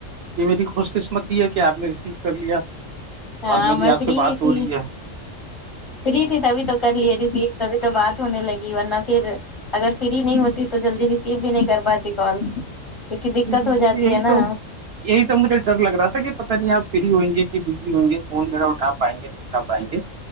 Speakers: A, on the right; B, on the left.
A: یہ میری خوش قسمتی یہ ہے کہ آپ نے ریسیو کر لیا
B: ہاں
A: اور میری
B: میں
A: آپ
B: فری
A: سے بات
B: ہی تھی
A: ہو رہی ہے
B: فری تھی تبھی تو کر لیے ریسیو تبھی تو بات ہونے لگی ورنہ پھر اگر فری نہیں ہوتی تو جلدی ریسیو بھی نہیں کر پاتی کال کیونکہ دقت
A: جی جی
B: ہو
A: مجھے
B: جاتی
A: یہی
B: ہے
A: تو
B: نا
A: یہی تو مجھے ڈر لگ رہا تھا کہ پتاہ نہیں آپ فری ہوئ گے کہ بزی ہوئ گے فون وغیرہ اٹھا پائیں گے نہیں پائیں گے